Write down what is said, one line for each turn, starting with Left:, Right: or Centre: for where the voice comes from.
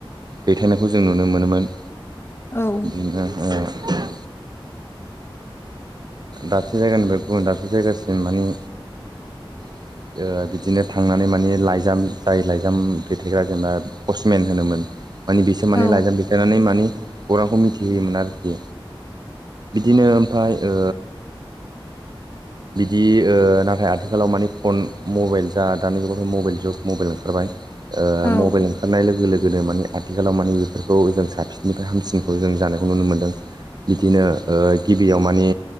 Right: दैथायनायखौ जों नुनो मोनोमोन।
Left: औ
Right: <unintelligible> बिदिनो ओ दाबसे जायगानिफ्राय गुबुन दाबसे जायगासिम माने <inaudible> जोङो बिदिनो थांनानै माने लाइजाम जाय लाइजाम दैथायग्रा जेनेबा पष्टमेन होनोमोन। माने बिसो माने
Left: औ
Right: लाइजाम दैथाइनानै माने खौरांखौ मिथिहोयोमोन आरोखि। बिदिनो ओमफाय ओ बिदि ओ नाथाय आथिखालाव मानि फन मबाइल जा दानि जुगावथ' मबाइल जुग मबाइल ओंखारबाय। ओ
Left: औ
Right: मबाइल ओंखारनाय लोगो लोगोनो माने आथिखालाव माने बेफोर खौ जों साबसिननिफ्राय हामसिनखौ जों जानायखौ नुनो मोनदों। बिदिनो ओ गिबियाव माने